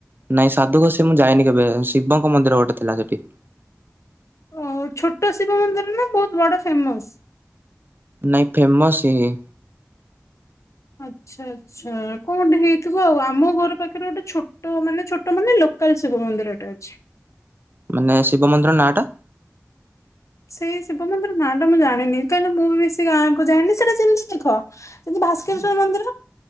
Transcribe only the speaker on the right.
ନାଇଁ ସାଧୁ ଗୋସେଇଁ ମୁଁ ଯାଇନି କେବେ ଶିବଙ୍କ ମନ୍ଦିର ଗୋଟେ ଥିଲା ସେଠି।
ନାଇଁ ଫେମସ ହିଁ।
ମାନେ ଶିବ ମନ୍ଦିର ନାଁଆଟା?